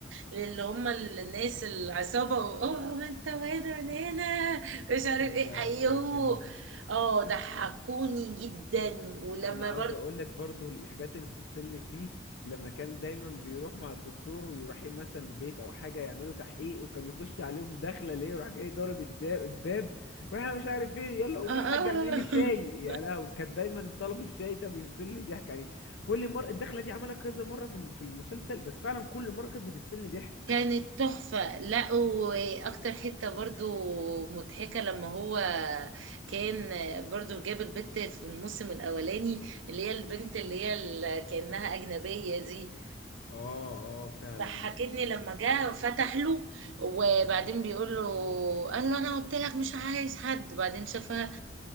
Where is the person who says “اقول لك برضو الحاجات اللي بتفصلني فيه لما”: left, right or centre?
Left